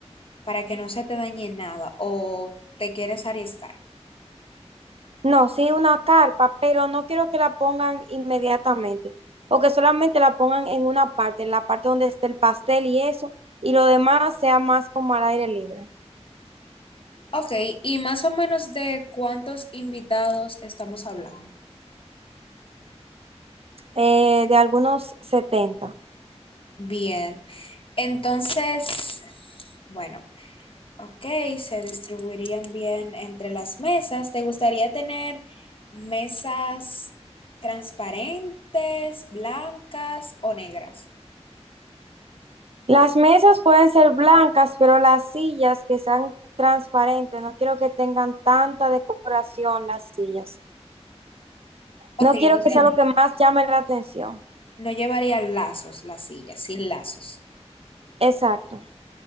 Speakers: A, on the left; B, on the right.
A: para que no se te dañe nada o te quieres arriesgar.
B: No, sí, una carpa, pero no quiero que la pongan inmediatamente o que solamente la pongan en una parte, en la parte donde esté el pastel y eso, y lo demás sea más como al aire libre,
A: Ok, ¿y más o menos de cuántos invitados estamos hablando?
B: eh, de algunos setenta.
A: Bien, entonces, bueno. Ok, se distribuirían bien entre las mesas. ¿Te gustaría tener mesas transparentes, blancas o negras?
B: Las mesas pueden ser blancas, pero las sillas que sean transparentes, no quiero que tengan tanta decoración las sillas.
A: Ok,
B: No
A: entonces
B: quiero que sea lo que más llame la atención.
A: no llevaría lazos las sillas, sin lazos.
B: Exacto.